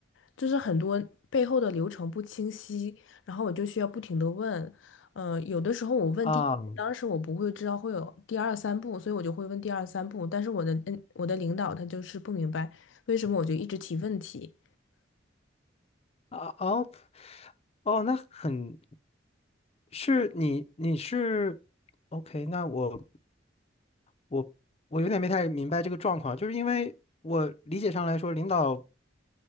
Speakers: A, on the left; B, on the left.
A: 就是很多背后的流程不清晰，然后我就需要不停的问。呃，有的时候我问第一当时我不会知道会有第二三步，
B: 啊
A: 所以我就会问第二三步。但是我的嗯，我的领导他就是不明白。为什么我就一直提问题？
B: 啊哦哦，那很是你你是 OK，那我我我有点没太明白这个状况，就是因为我理解上来说，领导